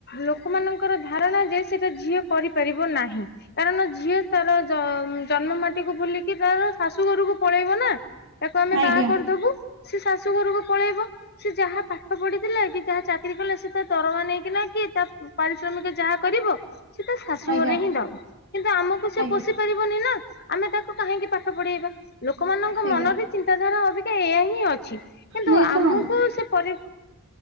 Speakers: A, on the left (about 45°); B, on the right (about 60°).
A: ଲୋକମାନଙ୍କର ଧାରଣା ଯେ, ସେଟା ଝିଅ କରିପାରିବ ନାହିଁ। କାରଣ ଝିଅ ତାର ଜ-ଜନ୍ମ ମାଟିକୁୁ ଭୁଲିକି, ତାର ଶାଶୁ ଘରକୁ ପଳେଇବ ନା! ତାକୁ ଆମେ
B: ଆଜ୍ଞା
A: ବାହା
B: ଆଜ୍ଞା
A: କରିଦବୁ। ସେ ଶାଶୁ ଘରୁକୁ ପଳେଇବ। ସେ ଯାହା ପାଠ ପଢିଥିଲା କି, ଯାହା ଚାକିରି କଲା ସେ, ତା ଦରମା ନେଇକିନା କିଏ ତା ପାରିଶ୍ରମିକ ଯାହା କରିବ, ସେ ତା ଶାଶୁ
B: ଆଜ୍ଞା
A: ଘରେ ହିଁ ଦବ। କିନ୍ତୁ ଆମକୁ ସେ
B: ଆଜ୍ଞା
A: ପୋଷି ପାରିବନି ନା। ଆମେ ତାକୁ କାହିଁକି ପାଠ ପଢେଇବା? ଲୋକମାନଙ୍କ ଙ୍କ
B: ଆଜ୍ଞା
A: ମନରେ ଚିନ୍ତାଧାରା ଅବିକା ଏଇଆ ହିଁ ଅଛି। କିନ୍ତୁ
B: ନାଇଁ
A: ଆମକୁ
B: ଶୁଣନ୍ତୁ
A: ସେ ପରି